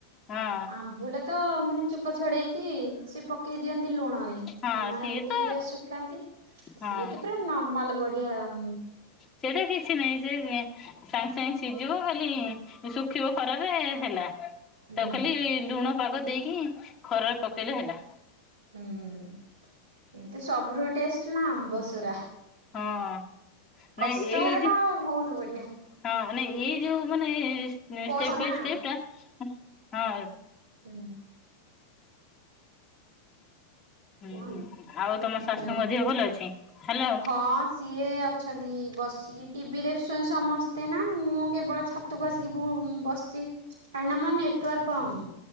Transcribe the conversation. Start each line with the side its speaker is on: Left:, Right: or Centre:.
Left: ହଁ।
Right: ଆମ୍ବୁଲ ତ ମାନେ ଚୁପା ଛଡ଼େଇକି ସେ ପକେଇ ଦିଅନ୍ତି ଲୁଣରେ।
Left: ହଁ
Right: ଲୁଣରେ
Left: ସିଏ
Right: ପକେଇକି
Left: ତ
Right: ତାକୁ ଶୁଖାନ୍ତି
Left: ହଁ
Right: ସିଏ ତ ପୁରା ନର୍ମାଲ୍ ବଢ଼ିଆ ଉମ୍
Left: <unintelligible> କିଛି ନାହିଁ ସେ ସାଙ୍ଗେ ସାଙ୍ଗେ ଛିଝିବ ଖାଲି ଶୁଖିବ ଖରାରେ ଏ ହେଲା। ତ
Right: ହୁଁ
Left: ଖାଲି ଲୁଣ ପାଗ ଦେଇକି ଖରାରେ ପକେଇଲେ ହେଲା।
Right: ହୁଁ କିନ୍ତୁ ସବୁଠୁ ଟେଷ୍ଟ ନା ଆମ୍ବସରା।
Left: ହଁ
Right: କଷ୍ଟ
Left: ନାଇଁ ଏଇ
Right: ହେଲେ
Left: ଜ
Right: କଣ
Left: ହଁ
Right: ହବ ବହୁତ ବଢିଆ।
Left: ମାନେ ଏଇ ଯୋଉ ମାନେ ଷ୍ଟେପ୍
Right: ପଇସା ନା
Left: ବାଇ ଷ୍ଟେପ୍ ଟା ହଁ
Right: ହୁଁ।
Left: ହୁଁ
Right: କୁହନ୍ତୁ।
Left: ହୁଁ ଆଉ ତମ ଶାଶୁଙ୍କ
Right: ହ୍ୟାଲୋ।
Left: ଦେହ ଭଲ ଅଛି, ହ୍ୟାଲୋ।
Right: ହଁ ସିଏ ଅଛନ୍ତି ବସ୍ ଟିଭି ଦେଖୁସନ୍ ସମସ୍ତେ ନା ମୁଁ କେବଳ ଛାତକୁ ଆସିକି ବୁ ବସଛି। କାହିଁକିନା ମୋର ନେଟୱାର୍କ ପାଉନି।